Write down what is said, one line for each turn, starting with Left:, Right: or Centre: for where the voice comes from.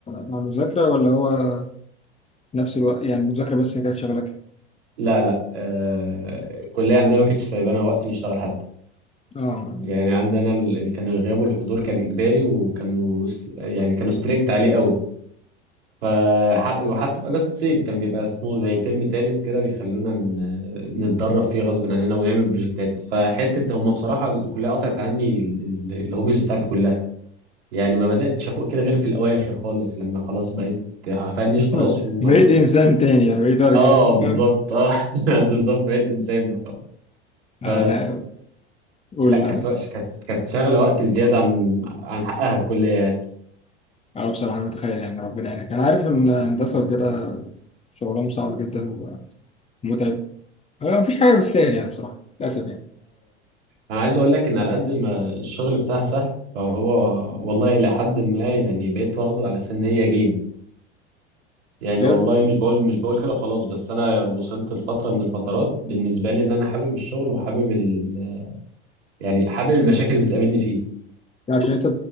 Left: مع المذاكرة ولا هو نفس الوقت يعني المذاكرة بس هي كانت شغلك؟
Right: لا لا آه الكلية عندنا ما كانتش سايبانا وقت نشتغل حتى
Left: اه
Right: يعني عندنا ال... ال- كان الغياب والحضور كان إجباري وكانوا س- يعني كانوا ستريكت عليه قوي فح- وحتى في اجازه الصيف كان بيبقى اسمه زي ترم تالت كده بيخلونا ن- نتدرب فيه غصب عننا ونعمل بروجكتات فحته هم بصراحه الكليه قطعت عني ال- ال- الهوبيز بتاعتي كلها يعني ما بداتش افوق كده غير في الاواخر خالص لما خلاص بقيت هفنش
Left: <laughs>
Right: خلاص وما
Left: بقيت إنسان تاني بقيت أرجع
Right: اه
Left: <laughs>
Right: بالظبط اه <laughs> بالظبط بقيت انسان بقى ف
Left: آه، أنا قول
Right: لا كانت وقت- كانت كانت شغله وقت زياده عن عن حقها الكليه يعني
Left: أنا بصراحة متخيل يعني ربنا يعينك أنا عارف إن الهندسة كده شغلهم صعب جدا ومتعب آه، مفيش حاجة بالسهل يعني بصراحة للأسف يعني
Right: انا عايز اقول لك ان على قد ما الشغل بتاعها سهل فهو والله الى حد ما يعني بقيت واخده على سن هي جيم يعني
Left: بجد
Right: والله مش بقول مش بقول كده وخلاص بس انا وصلت لفتره من الفترات بالنسبه لي ان انا حابب الشغل وحابب ال... يعني حابب المشاكل اللي بتقابلني فيه
Left: يعني عشان أنت